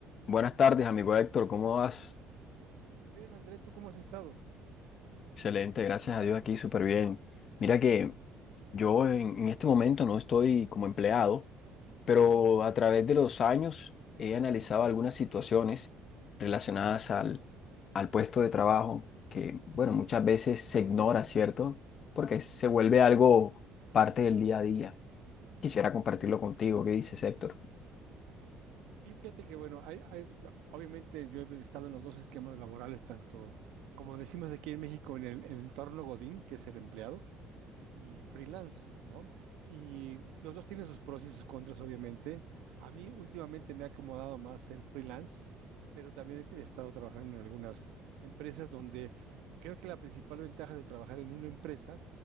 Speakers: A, on the left; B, on the right.
A: Buenas tardes, amigo Héctor, ¿cómo vas?
B: Muy bien, André, ¿tú cómo has estado?
A: Excelente, gracias a Dios aquí, súper bien. Mira que yo en, en este momento no estoy como empleado, pero a través de los años he analizado algunas situaciones relacionadas al, al puesto de trabajo que, bueno, muchas veces se ignora, ¿cierto? Porque se vuelve algo parte del día a día. Quisiera compartirlo contigo, ¿qué dices, Héctor?
B: Sí, fíjate que bueno, hay, hay- obviamente yo he estado en los dos esquemas laborales, tanto como decimos aquí en México, en el, el entorno Godín, que es el empleado, y freelance, ¿no? Y los dos tienen sus pros y sus contras, obviamente. A mí últimamente me ha acomodado más ser freelance, pero también he estado trabajando en algunas empresas donde creo que la principal ventaja de trabajar en una empresa